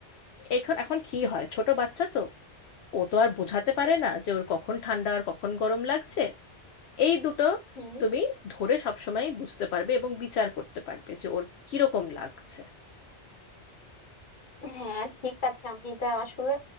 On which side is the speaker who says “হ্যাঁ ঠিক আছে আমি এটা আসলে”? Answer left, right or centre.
Left